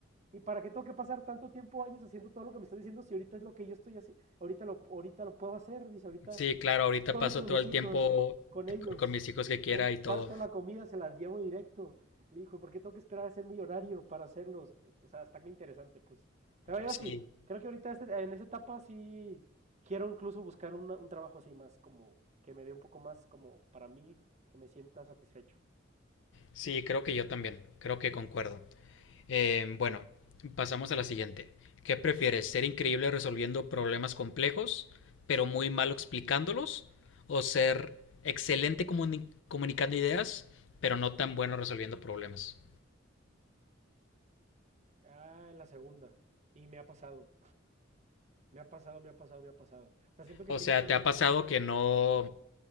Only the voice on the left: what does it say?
Sí, claro, ahorita
paso
todo
el
tiempo
con con mis hijos que quiera
y todo.
Sí,
sí, creo que yo también, creo que concuerdo. Eh, bueno, pasamos a la siguiente. ¿Qué prefieres, ser increíble resolviendo problemas complejos, pero muy malo explicándolos, o ser excelente comuni- comunicando ideas, pero no tan bueno resolviendo problemas?
O
sea,
¿te ha pasado que no,